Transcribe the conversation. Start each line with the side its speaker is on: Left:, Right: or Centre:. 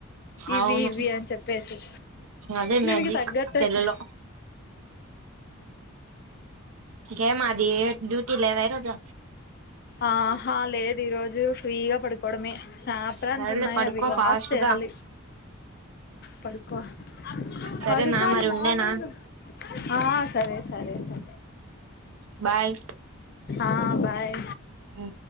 Left: ఇవి
Right: అవును
Left: ఇవి అని చెప్పేసి
Right: అదే
Left: దానికి
Right: మ్యాజిక్
Left: తగ్గట్టు
Right: సెల్లులో
Left: అతే
Right: గ మాది డ్యూటీ లేవా ఈరోజు
Left: ఆహా లేదు ఈరోజు ఫ్రీగా పడుకోవడమే ఆప్రాన్స్
Right: సరేలే
Left: ఉన్నాయి
Right: పడుకో
Left: అవి వాష్
Right: ఫాస్ట్
Left: చేయాలి
Right: గా
Left: పడుకోల
Right: సరేనా
Left: పడుకోలి
Right: మరి
Left: మార్నింగ్
Right: ఉండేనా
Left: ఆ సరే సరే లే
Right: బాయ్
Left: ఆ బాయ్
Right: ఊ